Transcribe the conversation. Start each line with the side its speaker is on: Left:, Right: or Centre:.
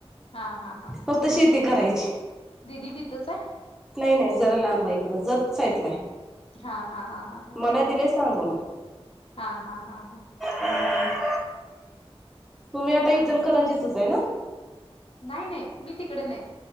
Left: हा हा हा
Centre: फक्त शेती करायची
Left: दिीदी तिथंच आहे.
Centre: नाही नाही जरा लांबा इकडं जत साटलंय
Left: हा हा हा हा हा
Centre: मला दिलेय सांगोला.
Left: हा हा हा हा..
Centre: हम्म तुम्ही आता इचल
Left: आणि
Centre: करांजेतच आहे ना.
Left: नाही नाही मी तिकडे नाही.